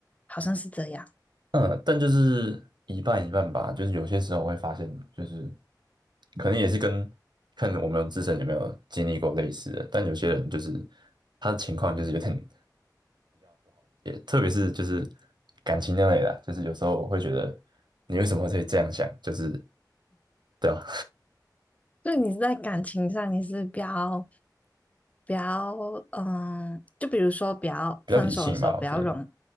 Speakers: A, on the left (about 20°); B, on the right (about 80°).
A: 好像是这样。
B: 嗯，但就是一半一半吧，就是有些时候我会发现，就是可能也是跟看我们自身有没有经历过类似的，但有些人就是他的情况就是有点。特别是就是感情那类的啊，就是有时候我会觉得你为什么会这样想，就是对啊，
A: 就你在感情上，你是比较比较嗯，就比如说比较分手的时候比较容
B: <laughs> 比较理性吧，我觉得吧，